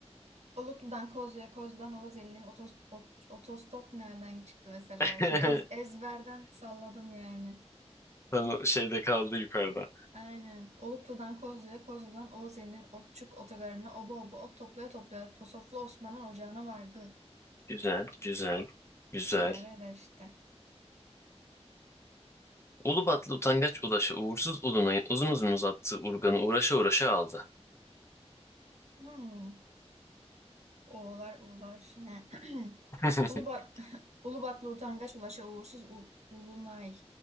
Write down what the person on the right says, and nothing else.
Oluklu'dan Kozlu'ya, Kozlu'dan Oğuz Eli'nin otos- ot- otostop nereden çıktı mesela?
Şimdi ez, ezberden salladım yani.
Aynen. Oluklu'dan Kozlu'ya, Kozlu'dan Oğuz Eli'nin otçuk otogarına oba oba ot toplaya toplaya Posoflu Osman'ın ocağına vardı.
Bir de öyle işte.
Hmm. Oğlar uğlar yine. <clears throat>
Ulubat <laughs> Ulubatlı utangaç ulaşa uğursuz ul- ulunay.